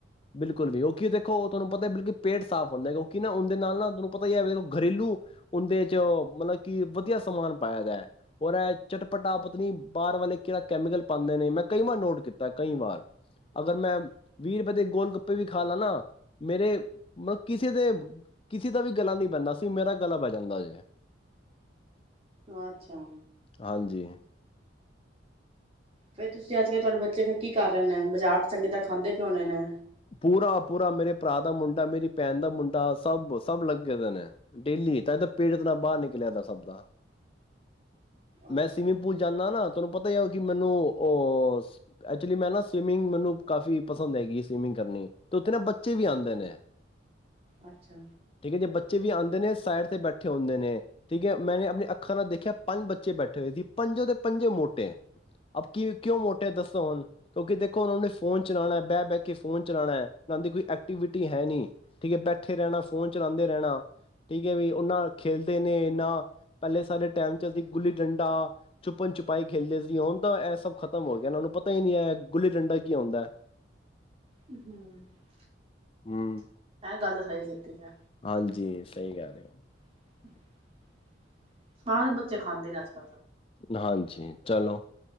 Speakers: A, on the left; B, on the right.
A: ਬਿਲਕੁਲ ਓ ਕੀ ਦੇਖੋ ਤਹਾਨੂੰ ਪਤਾ ਬਲਕੀ ਪੇਟ ਸਾਫ਼ ਹੁੰਦਾ। ਕਿਉਂਕਿ ਨਾ ਉਂਦੇ ਨਾਲ ਨਾ ਤੁਹਾਨੂੰ ਪਤਾ ਹੀ ਏ ਦੇਖੋ ਘਰੇਲੂ ਉੰਦੇ ਚ ਮਤਲਬ ਕਿ ਵਧੀਆ ਸਮਾਨ ਪਾਇਆ ਗਿਆ ਹੈ ਔਰ ਇਹ ਚਟਪਟਾ ਪਤਾ ਨੀ ਬਾਹਰ ਵਾਲੇ ਕਿਹੜਾ ਕੈਮੀਕਲ ਪਾਉਂਦੇ ਨੇ ਮੈਂ ਕਈ ਵਾਰ ਨੋਟ ਕੀਤਾ ਕਈ ਵਾਰ, ਅਗਰ ਮੈਂ ਵੀਹ ਰੁਪਏ ਦੇ ਗੋਲ ਵੀ ਖਾ ਲਾ ਨਾ ਮੇਰੇ ਮਤਲਬ ਕਿਸੇ ਦੇ ਕਿਸੇ ਦਾ ਵੀ ਗਲਾ ਨੀ ਬੇਂਦਾ ਸੀ ਮੇਰਾ ਗਲਾ ਬੇ ਜਾਂਦਾ ਜੇ
B: ਅੱਛਾ
A: ਹਾਂਜੀ
B: ਫੇਰ ਤੁਸੀਂ ਆਜ ਕਿਹਾ ਤੁਹਾਡੇ ਬੱਚੇ ਫੇਰ ਕੀ ਕਰ ਰਹੇ ਨੇ, ਬਾਜ਼ਾਰ ਚੰਗੇ ਤਰਾਂ ਖਾਂਦੇ ਕਿਉਂ ਨੇ ਨੇ
A: ਪੂਰਾ-ਪੂਰਾ ਮੇਰੇ ਭਰਾ ਦਾ ਮੁੰਡਾ, ਮੇਰੀ ਭੈਣ ਦਾ ਮੁੰਡਾ ਸਭ, ਸਭ ਲੱਗੇ ਦੇ ਨੇ ਡੇਲੀ ਤਾਈਂ ਪੇਟ ਇਤਨਾ ਬਾਹਰ ਨਿਕਲਿਆ ਦਾ ਸਭ ਦਾ ਮੈਂ
B: ਅੱਛਾ।
A: ਸਿਵਿੰਗ ਪੂਲ ਜਾਨਾ ਨਾ ਤੁਹਾਨੂੰ ਪਤਾ ਏ ਕਿ ਮੈਨੂੰ ਅ ਐਕਚੁਲੀ ਮੈਂ ਨਾ ਸਵਿਮਿੰਗ ਮੈਨੂੰ ਕਾਫੀ ਪਸੰਦ ਹੈਗੀ ਏ ਸਵਿਮਿੰਗ ਕਰਨੀ ਤੇ ਉੱਥੇ ਨਾ ਬੱਚੇ ਵੀ ਆਉਂਦੇ ਨੇ।
B: ਅੱਛਾ।
A: ਠੀਕ ਹੈ ਜੇ ਬੱਚੇ ਵੀ ਆਂ ਨੇ ਸਾਈਡ ਤੇ ਬੈਠੇ ਹੁੰਦੇ ਨੇ ਠੀਕ ਹੈ। ਮੈਨੇ ਆਪਨੇ ਅੱਖਾਂ ਨਾਲ ਦੇਖਿਆ ਪੰਜ ਬੱਚੇ ਬੈਠੇ ਹੋਏ ਸੀ ਪੰਜੋ ਦੇ ਪੰਜੋ ਮੋਟੇ, ਅਬ ਕਿ ਕਿਉਂ ਮੋਟੇ ਦੱਸੋ ਹੁਨ ਕਿਉਂਕਿ ਦੇਖੋ ਹੁਨ ਉਹਨੇ ਫੋਨ ਚਲਾਉਣਾ ਬੈ ਬੈ ਕੇ ਫੋਨ ਚਲਾਨਾ ਏ। <unintelligible> ਦੀ ਕੋਈ ਐਕਟੀਵਿਟੀ ਹੈ ਨਹੀਂ ਠੀਕ ਹੈ ਬੈਠੇ ਰਹਿਨਾ ਫ਼ੋਨ ਚਲਾਂਦੇ ਰਹਿਨਾ ਠੀਕ ਹੈ ਵੀ ਉਹਨਾਂ ਖੇਲਦੇ ਨੇ ਇਨਾ ਪਹਿਲੇ ਸਾਰੇ ਟਾਈਮ ਚ ਅਸੀ ਗੁੱਲੀ ਡੰਡਾ, ਛੁਪਨ ਛੁਪਾਈ ਖੇਲਦੇ ਸੀ। ਹੁਨ ਤਾਂ ਇਹ ਸਭ ਖ਼ਤਮ ਹੋ ਗਿਆ ਉਹਨਾਂ ਨੂੰ ਪਤਾ ਹੀ ਨਹੀਂ ਹੈ ਗੁੱਲੀ ਡੰਡਾ ਕੀ ਹੋਂਦਾ ਹੈ।
B: <unintelligible>
A: ਹਮ
B: ਗੱਲ ਸਹੀ ਕੀਤੀ ਏ।
A: ਹਾਂਜੀ ਸਹੀ ਕਹਿ ਰਹੇ ਹੋ।
B: <inaudible> ਸਾਰੇ ਬੱਚੇ ਖਾਂਦੇ ਨੇ ਅਜ
A: ਹਾਂਜੀ ਚਲੋ